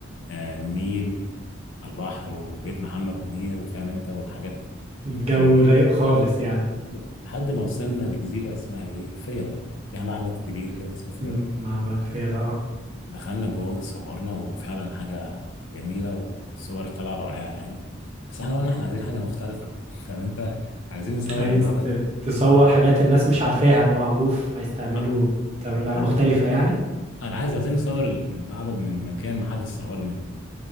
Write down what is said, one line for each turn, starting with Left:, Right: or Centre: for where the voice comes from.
Left: آه النيل على البحر وبيت محمد منير وفاهم انت والحاجات
Right: الجو
Left: المشهورة
Right: رايق خالص يعني
Left: لحد ما وصلنا لجزيرة اسمها ايه فيلة فيها معبد كبير كده اسمه فيلة
Right: مم. مع بعد فيلا اه
Left: دخلنا جوه واتصورنا وفعلا حاجة جميلة والصور طالعة رائعة يعني بس احنا قلنا احنا عايزين حاجة مختلفة فاهم انت عايزين نصور
Right: عايز
Left: المعبد
Right: ت- تصور
Left: اه
Right: حاجات الناس مش عارفاها ده معروف عايز تعمله
Left: آه،
Right: تعمله
Left: لا
Right: حاجة مختلفة
Left: هو
Right: يعني
Left: انا عايز عايزين نصور المعبد من مكان ما حدش صوره منه